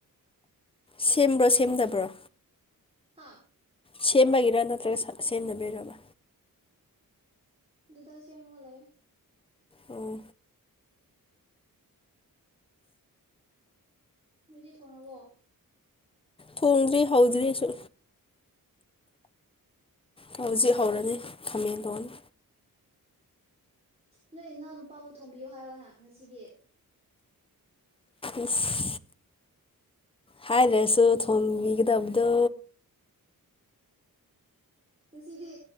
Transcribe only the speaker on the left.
ꯁꯦꯝꯕ꯭ꯔꯣ ꯁꯦꯝꯗꯕ꯭ꯔꯣ
ꯁꯤꯦꯃꯒꯤꯔ ꯅꯠꯇ꯭ꯔꯒ ꯁꯦꯝꯅꯕꯤꯔꯅ
ꯑꯣ
ꯊꯣꯡꯗ꯭ꯔꯤ ꯍꯧꯗ꯭ꯦꯁꯨ ꯍꯧꯖꯤꯛ ꯍꯧꯔꯅꯤ ꯈꯥꯃꯦꯟ ꯊꯣꯡꯅꯤ
ꯏꯁ ꯍꯥꯏꯔꯁꯨ ꯊꯣꯕꯤꯒꯗꯕꯗꯣ